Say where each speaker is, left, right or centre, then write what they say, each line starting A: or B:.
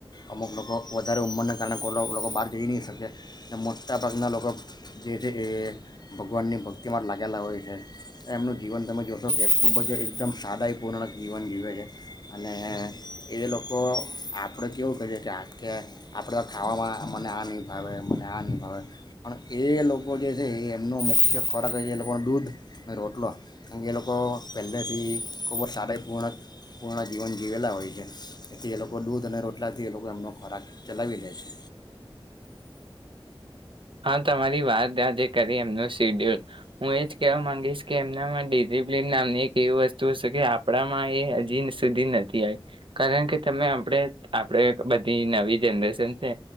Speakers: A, on the left; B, on the right.
A: અમુક લોકો વધારે ઉંમરને કારણે કો લોકો બહાર જઈ નહીં શકે, અને મોટાભાગના લોકો જે છે એ ભગવાનની ભક્તિ માટે લાગેલા હોય છે, એમનું જીવન તમે જોશો કે ખૂબ જ એકદમ સાદાાઈપૂર્ણ જીવન જીવે છે, અને એ લોકો આપણે કેવું કહીએ કે કે આપણે તો ખાવામાં મને આ નહીં ભાવે મને આ નહીં ભાવે, પણ એ લોકો જે છે એ એમનો મુખ્ય ખોરાક છે એ લોકોનો દૂધ અને રોટલો કારણ કે એ લોકો પહેલેથી ખૂબ જ સારીપૂર્ણક પૂર્ણ જીવન જીવેલા હોય છે. એથી એ લોકો દૂધ અને ર એટલાંથી એ લોકો એમનો ખોરાક ચલાવી લે છે.
B: હા. તમારી વાત આજે કરી એમનો શિડ્યુલ, હું એ કેવા માંગીશ કે એમનામાં ડિસિપ્લિન નામની એક એવી વસ્તુ હશે કે કપડામાં એ હજી સુધી નથી આવી, કારણ કે તમે આપણે આપણેે બધી નવી જરેશન છે,